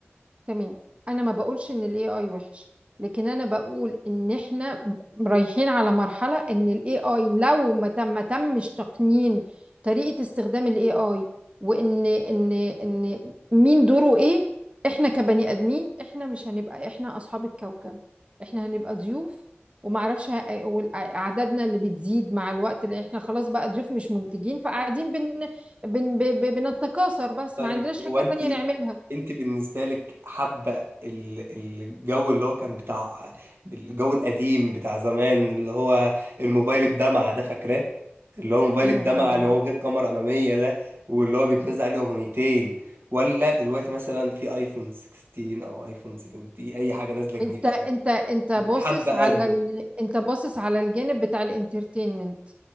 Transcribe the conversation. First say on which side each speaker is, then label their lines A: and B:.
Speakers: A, on the right; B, on the right.
A: تمام انا ما بقولش ان الاي اي وحش لكن انا بقول ان احنا رايحين على مرحله ان الاي اي لو ما تم ما تمش تقنين طريقه استخدام الاي اي وان ان ان مين دوره ايه احنا كبني ادمين احنا مش هنبقى احنا اصحاب الكوكب احنا هنبقى ضيوف ومعرفش ه- وال- اعدادنا اللي بتزيد مع الوقت اللي احنا خلاص بقى ضيوف مش منتجين فقاعدين بن بن ب- ب- بنتكاثر بس
B: طيب
A: ما عندناش
B: هو
A: حاجه
B: انت
A: تانية نعملها
B: انت بالنسبه لك حابه ال- الجو اللي هو كان بتاع الجو القديم بتاع زمان اللي هو الموبايل الدمعه ده فاكراه اللي هو موبايل
A: الموبايل
B: الدمعه
A: ده
B: اللي هو غير كاميرا اماميه ده واللي هو بيتنزل عليه اغنيتين ولا دلوقتي مثلا في ايفون 16 او ايفون 17 اي حاجه نازله جديده
A: انت انت
B: قوي
A: انت باصص
B: حابه
A: على
B: انهي
A: ال... انت باصص على الجانب بتاع الانترتينمنت